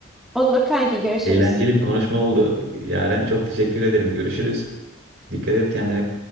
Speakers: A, in the centre; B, on the right.
A: Olur kanki görüşürüz.
B: Eğlenceli bir konuşma oldu. Yaren çok teşekkür ederim. Görüşürüz. Dikkat et kendine.